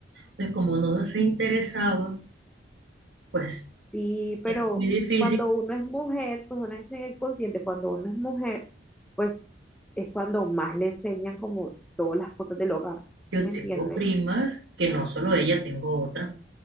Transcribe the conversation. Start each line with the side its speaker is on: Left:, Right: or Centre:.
Right: Pues como no se interesaba, pues
Centre: sí, pero
Right: es muy difícil.
Centre: cuando uno es mujer, pues uno es el consciente, cuando uno es mujer, pues es cuando más le enseñan como todas las cosas del hogar, ¿sí
Right: Yo
Centre: me
Right: tengo
Centre: entiendes?
Right: primas, que no solo ella, tengo otra,